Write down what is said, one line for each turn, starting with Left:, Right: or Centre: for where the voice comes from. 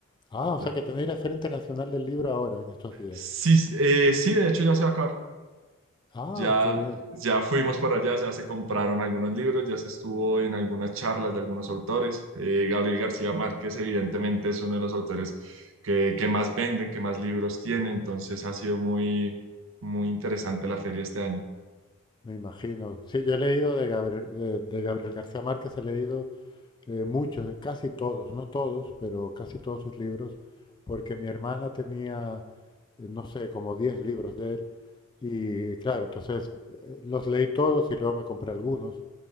Left: Ah, o
Right: Entonces,
Left: sea que tenéis la Feria Internacional del Libro ahora, en estos días.
Right: Sí, eh, sí, de hecho ya se va a acabar.
Left: Ah,
Right: Ya,
Left: qué bien,
Right: ya fuimos para allá, ya se compraron algunos libros, ya se estuvo en algunas charlas de algunos autores. Eh, Gabriel García Márquez, evidentemente, es uno de los autores que, que más venden, que más libros tiene. Entonces ha sido muy, muy interesante la feria este año.
Left: me imagino. Sí, yo he leído de Gabriel, eh, de Gabriel García Márquez, he leído eh, muchos, casi todos, no todos, pero casi todos sus libros, porque mi hermana tenía, eh, no sé, como 10 libros de él, y claro, entonces eh, los leí todos y luego me compré algunos.